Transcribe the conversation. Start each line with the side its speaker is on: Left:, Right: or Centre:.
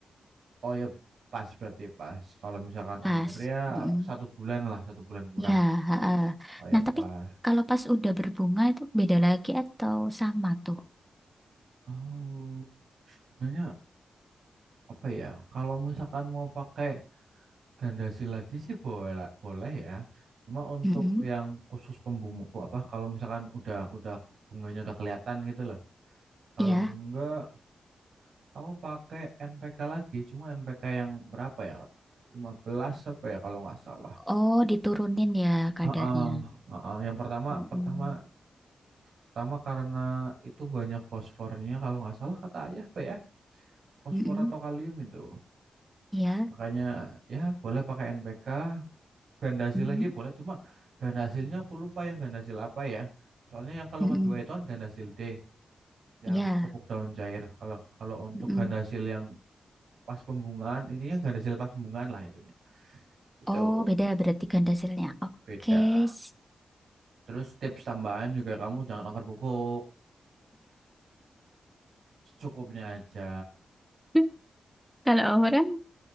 Right: oh ya pas berarti pas. Kalau misalkan
Centre: pas.
Right: umurnya
Centre: Mm-mm.
Right: satu bulan lah, satu bulan kurang.
Centre: Ya, ha
Right: Oh ya
Centre: Nah, tapi
Right: pas.
Centre: kalau pas udah berbunga itu beda lagi atau sama tuh?
Right: Hmm, sebenarnya apa ya? Kalau misalkan mau pakai Gandasi lagi sih boleh boleh ya. Cuma untuk
Centre: Mm-mm.
Right: yang khusus pembumu apa kalau misalkan udah udah bunganya udah kelihatan gitu loh. Kalau
Centre: Ya.
Right: enggak aku pakai NPK lagi, cuma NPK yang berapa ya? 15 apa ya kalau nggak salah.
Centre: Oh, diturunin ya kadarnya.
Right: Heeh, heeh. Yang pertama
Centre: Mm-mm.
Right: pertama pertama karena itu banyak fosfornya kalau nggak salah kata ayah apa ya? Fosfor
Centre: Mm-mm.
Right: atau kalium itu.
Centre: Ya.
Right: Makanya ya boleh pakai NPK ganda hasil
Centre: Mm-mm.
Right: lagi boleh cuma ganda hasilnya aku lupa yang ganda hasil apa ya soalnya yang kalau
Centre: Mm-mm.
Right: kedua itu kan ganda hasil D yang
Centre: Ya.
Right: pupuk daun cair kalau kalau untuk
Centre: Mm-mm.
Right: ganda hasil yang pas pembungaan ini yang ganda hasil pas pembungaan lah intinya gitu
Centre: Oh, beda berarti ganda hasilnya. Oke.
Right: beda
Centre: s-
Right: terus tips tambahan juga kamu jangan over pupuk secukupnya aja
Centre: <laughs> Kalau overrun